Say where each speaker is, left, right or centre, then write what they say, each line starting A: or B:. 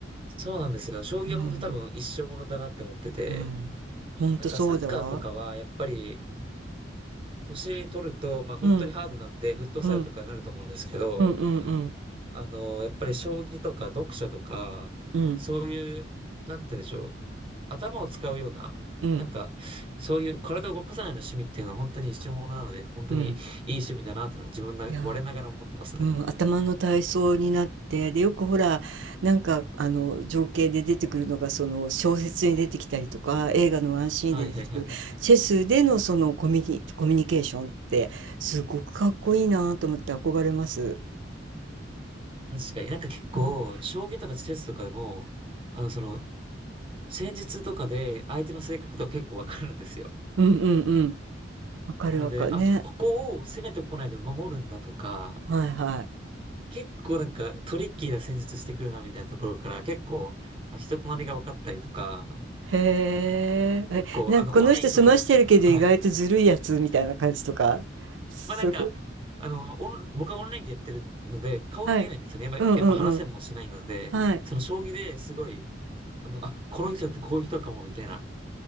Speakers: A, on the right; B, on the right.
A: そうなんですよ。将棋は本当に多分一生ものだなって思ってて、
B: うん、うん。ほんとそうだわ。
A: なんかサッカーとかはやっぱり年取ると、まあ本当にハードなんで、
B: うん、
A: フットサルとかになると思うんですけど、
B: うん、うん、うん、うん、
A: あの、やっぱり将棋とか読書とか、
B: うん、
A: そういう、なんて言うんでしょう。頭を使うような、
B: うん、
A: なんか、そういう体を動かさないような趣味っていうのは本当に一生ものなので、本当にいい趣味だなっていうのは自分な、
B: うん。いやー。
A: 我ながら思ってますね。
B: うん、頭の体操になってでよくほらなんかあの情景で出てくるのがその小説に出てきたりとか映画のワンシーンで出てくるチェスでのそのコミュニ、
A: はいはいはい。
B: コミュニケーションってすごくかっこいいなと思って憧れます。
A: 確かになんか結構、
B: うん、
A: 将棋とかチェスとかでも、あの、その、戦術とかで相手の性格とか結構わかるんですよ。
B: うんうんうんわかるわかるね
A: なので、あ、ここを攻めてこないで守るんだとか、
B: はいはい
A: 結構なんかトリッキーな戦術してくるなみたいなところから結構あ人となりが分かったりとか、
B: へええなんかこの人済ましてるけど意外とずるいやつみたいな感じとかすごい
A: 結構あのオンラインとかでも、はい。まあなんか、あの、オン僕はオンラインでやってるので顔が見えないんですよね。
B: はいうんうんうん
A: やっぱ、やっぱ話せもしないので、
B: はい
A: その将棋ですごい、あの、あ、この人ってこういう人かもみたいな。